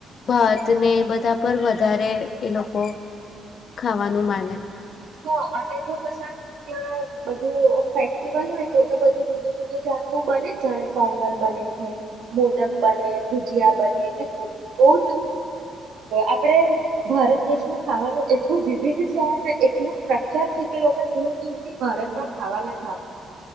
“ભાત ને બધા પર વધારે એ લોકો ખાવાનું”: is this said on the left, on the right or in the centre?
Left